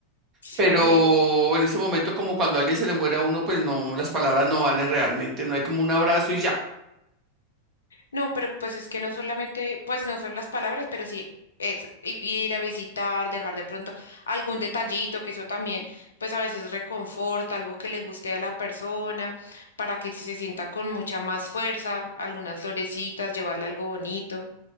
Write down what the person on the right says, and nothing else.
Pero
en ese momento, como cuando a alguien se le muere a uno, pues no, las palabras no valen realmente, no hay como un abrazo y ya.